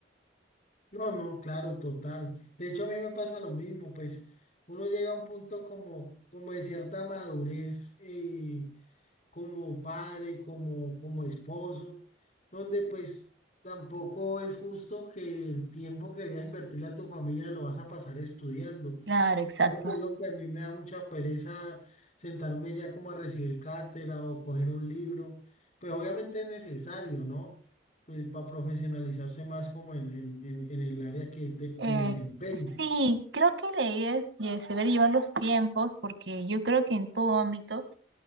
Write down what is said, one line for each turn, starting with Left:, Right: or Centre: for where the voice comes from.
Left: No, no, claro, total. De hecho, a mí me pasa lo mismo, pues uno llega a un punto como, como de cierta madurez, eh, como padre, como, como esposo, donde pues tampoco es justo que el tiempo que deberías invertirle a tu familia lo vas a pasar estudiando.
Right: Claro, exacto.
Left: Creo que Es lo que a mí me da mucha pereza sentarme ya como a recibir cátedra o coger un libro. Pues obviamente es necesario, ¿no? Pues para profesionalizarse más como en, en- en- en el área que, te- que
Right: Eh,
Left: me desempeño.
Right: sí, creo que la idea es lle- saber llevar los tiempos porque yo creo que en todo ámbito